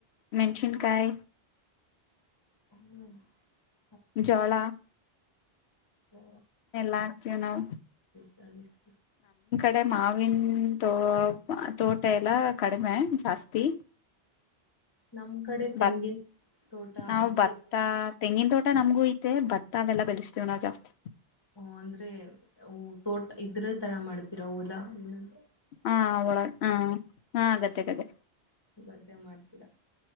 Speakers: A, on the left; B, on the left.
A: ಮೆನ್ಷನ್ ಕಾಯ
B: ಹ್ಮ್ <inaudible>
A: ಜಳ
B: ಓ
A: ಎಲ್ಲ ಹಾಕ್ತೇವಿ ನಾವು
B: ಚ <inaudible>
A: ಅೆ ಮಾವಿನ ತೋ ತೋಟ ಎಲ್ಲ ಕಡಿಮೆ ಜಾಸ್ತಿ
B: ನಮ್ ಕಡೆ ತೆಂಗಿನ
A: ಬತ್
B: ತೋಟ
A: ನಾವು
B: ಅಡಿಕೆ
A: ಭತ್ತ
B: ಇತ್ತು
A: ತೆಂಗಿನ ತೋಟ ನಮಗೂ ಐತೆ ಬತ್ತಾವೆಲ್ಲಾ ಬೆಳಸ್ತೇವ ನಾವು ಜಾಸ್ತಿ
B: ಓ ಅಂದ್ರೆ ತೋಟ ಇದ್ರೆ ತರ ಮಾಡ್ತಿೀರಲ್ಲಾ ಏನಂದ
A: ಹ ಅವಳ ಹ ಆಗತ್ತೆ <inaudible>
B: ಗದ್ದೆ ಮಾಡ್ತೀರಾ